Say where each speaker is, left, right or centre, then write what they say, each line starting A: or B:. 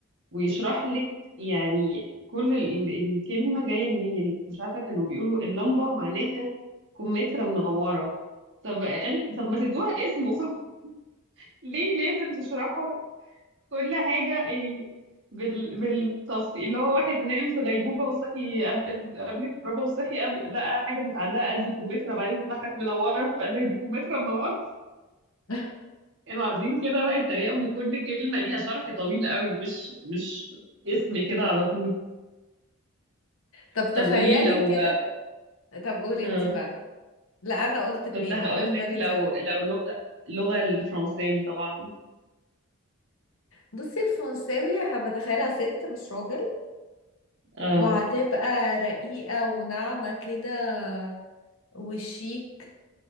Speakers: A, on the right; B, on the left.
A: ويشرح لك يعني كل ال- ال- الكلمه جايه منين يعني مش عارفه كانوا بيقولوا اللمبه معناها كمثرى منوره طب قال طب ما تدوها اسمه <laughs> ليه لازم تشرحه كل حاجة يعني بال... بالتفصيل اللي هو واحد نام في غيبوبة وصحي قبل قبل الكهرباء وصحي قبل لقى حاجة متعلقة قال دي كمثرى بعدين راحت منورة فقال لك دي كمثرى منورة
B: <laughs>
A: كانوا قاعدين كده بقى يتريقوا إن كل كلمة ليها شرح طويل قوي مش مش اسم كده على طول
B: طب
A: طب
B: تخيلي
A: قولي لي لو
B: كده طب قولي
A: آه.
B: انت بقى لا انا قلت اتنين
A: كنت هقول
B: طب اختاري
A: لك لو
B: انت
A: لو لغة اللغة الفرنساوي طبعا
B: بصي الفرنساوي هبتخيلها ست مش راجل
A: اه
B: وهتبقى رقيقة وناعمة كده وشيك